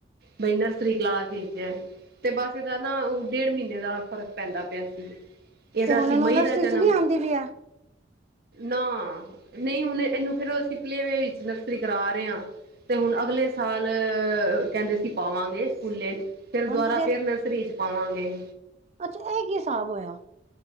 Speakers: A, on the right (about 55°); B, on the right (about 35°).
A: ਬਈ ਨਰਸਰੀ ਕਲਾਸ ਵਿੱਚ ਤੇ ਬਸ ਇਹਦਾ ਨਾ ਉਹ ਡੇਢ ਮਹੀਨੇ ਦਾ ਫ਼ਰਕ ਪੈਂਦਾ ਪਿਆ ਸੀ। ਇਹਦਾ
B: ਤੇ ਹੁਣ
A: ਸੀ
B: ਇਹਨੂੰ
A: ਮਈਦਾ
B: ਨਰਸਰੀ
A: ਜਨਮ
B: ਚ ਨੀ ਆਉਂਦੀ ਪਈ ਆ
A: ਨਾ- ਨਹੀਂ ਹੁਣ ਇਹਨੂੰ ਫੇਰ ਅਸੀਂ ਪਲੇਵੇ ਵਿੱਚ ਨਰਸਰੀ ਕਰਾ ਰਹੇ ਹਾਂ- ਤੇ ਹੁਣ ਅਗਲੇ ਸਾਲ ਕਹਿੰਦੇ ਸੀ ਪਾਵਾਂਗੇ ਸਕੂਲੇ- ਫਿਰ
B: ਹੁਣ
A: ਦੁਬਾਰਾ
B: ਤੁਸੀਂ
A: ਫੇਿਰ ਨਰਸਰੀ ਚ ਪਾਵਾਂਗੇ-
B: ਅੱਛਾ ਇਹ ਕੀ ਹਿਸਾਬ ਹੋਇਆ?